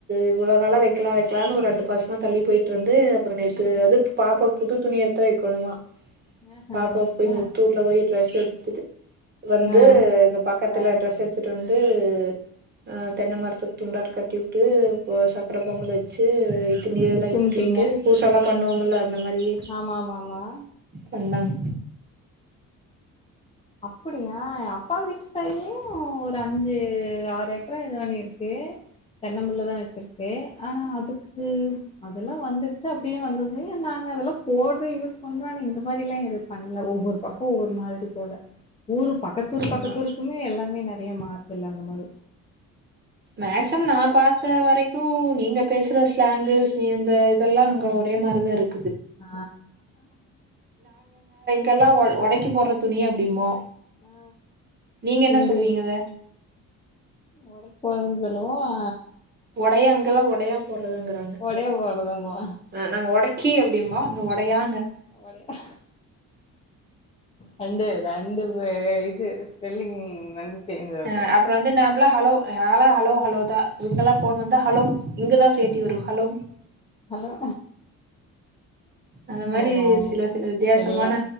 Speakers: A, on the right; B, on the left.
A: இவ்வளவு நாளா வைக்கலாம் வைக்கலாம்னு ஒரு ரெண்டு மாசமா தள்ளி போயிட்டிருந்து அப்புறம் நேத்து அது பாப்பா புது துணி எடுத்து வைக்கணுமா
B: ஆஹா
A: பாப்பாக்கு போய்
B: ஆ
A: முத்தூர்ல போயி ட்ரெஸ் எடுத்துட்டு வந்து
B: ஆ
A: எங்க பக்கத்துல
B: ஆ
A: ட்ரெஸ் எடுத்துட்டு வந்து து ஆ தென்ன மரத்துக் துண்டாட்ருக்கம் ட்டி விட்டு <unintelligible> க்குற பொங்கலு வெச்சு இ திருநீறேல்லா
B: கும்ட்டீங்க
A: இட்டு வுட்டு பூசல்லா பண்ணுவோமுல்ல
B: ம்
A: அந்த மாரியே
B: ஆமா ஆமா ஆமா
A: வந்தாங்
B: அப்புடியா எங்க அப்பாங் வீட் சைட்லயும் ஒரு அஞ்சு ஆறு ஏக்கரா இது பண்ணிருக்கு தென்னம்புள்ளதா வெச்சிருக்கு ஆனா அதுக்கு அதெல்லா வந்து ச்சு அப்டியே வந்தது நாங்க அதெல்லாம் போட்டு யூஸ் பண்லான் இருந் இந்த மாரில்லா எதும் பண்ல ஒவ்வொரு பக்கோ ஒவ்வொரு மாதிரி போல ஊர் பக்கத்தூர் பக்கத்தூருக்குமே
A: ஆமா
B: எல்லாமே ந றைய மாத்துல அந்த மாரி
A: மேக்சம் நா பாத்த வரைக்கும் நீங்க பேசுற ஸ்லேங்கு சேந்த இதெல்லா அங்க ஒரே மாரிதா இருக்
B: ஆ
A: கெல்லா ஓல் ஒடைக்கி போட்ற துணிய அப்டிம்போ
B: ஆ
A: நீங்க என்ன
B: இங்க
A: சொல்லுவீங்க அத
B: ஓடைக் போறன் சொல்லுவோ ஆ
A: ஒடைய அங்கெல்லா ஒடையா போடுறதுங்கறாங்க
B: ஒடையா போறதும்போ
A: ஆஹ் நாங்க ஒடைக்கி அப்டிம் போ அவங்க ஒடையா
B: ஒடயா ரண்டு ரண்டு பே க்கு ஸ்பெல்லிங் வந்து சேஞ்ச் ஆது
A: அ அப்புறோ வந்து நாம்பளா ஹலோ ஹாலா ஹலோ ஹலோதா இவங்கல்லா போன் வந்தா ஹலோங் ங்கதா சேர்த்தி வரும் ஹலோ
B: ஹலோ
A: அந்த மாரி
B: ஆமா
A: சில சில வித்தியாசமான
B: எல்லா